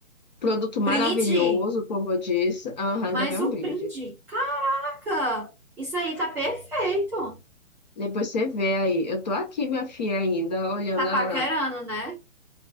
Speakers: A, on the left; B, in the centre.
A: Produto
B: Brinde!
A: maravilhoso, como eu disse. Aham,
B: Mais
A: ainda vem um
B: um
A: brinde.
B: brinde! caca, Isso aí tá perfeito!
A: Depois você vê aí. Eu tô aqui, minha filha, ainda, olhando
B: Tá
A: a...
B: paquerando, né?